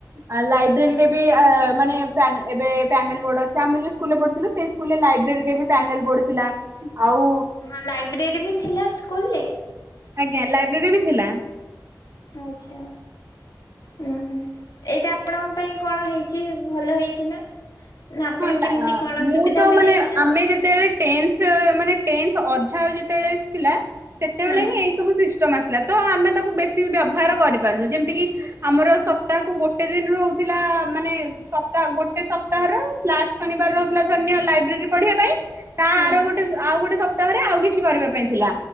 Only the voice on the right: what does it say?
ଆଉ ଲାଇବ୍ରେରୀ ରେ ବି ଆ ମାନେ ପ୍ୟାନେ ଏବେ ପ୍ୟାନେଲ୍ ବୋର୍ଡ ଅଛି ଆମେ ଯୋଉ ସ୍କୁଲ୍ ରେ ପଢୁଥିଲୁ ସେଇ ସ ସ୍କୁଲ୍ ରେ ଲାଇବ୍ରେରୀ ରେ ବି ପ୍ୟାନେଲ୍ ବୋର୍ଡ ଥିଲା ଆଉ
ଆଜ୍ଞା ଲାଇବ୍ରେରୀ ବି ଥିଲା।
ହଁ ହେଲା
ମୁଁ
ତ
ମାନେ ଆମେ ଯେତେବେଳେ ଟେନ୍ଥ ମାନେ ଟେନ୍ଥ ଅଧା ଯେତେବେଳେ ଥିଲା ସେତେବେଳେ
ହିଁ
ଏଇ ସବୁ ସି ଷ୍ଟମ୍ ଆସିଲା ତ ଆମେ ତାକୁ ବେଶୀ ବ୍ୟବହାର କରି ପାରୁନୁ ଯେମିତି କି ଆମର ସପ୍ତାହକୁ ଗୋଟେ ଦିନ ରୁହୁଥିଲା ମାନେ ସପ୍ତାହ ଗୋଟେ ସପ୍ତାହର ଲାଷ୍ଟ୍ ଶନିବାର ରହୁଥିଲା ଧରିନିଅ ଲାଇବ୍ରେରୀ ପଢିବା ପାଇଁ ତା
ଆର ଗୋଟେ ସ ଆଉ ଗୋଟେ ସପ୍ତ ପ୍ତହରେ ଆଉ କିଛି କରିବା ପାଇଁ ଥିଲା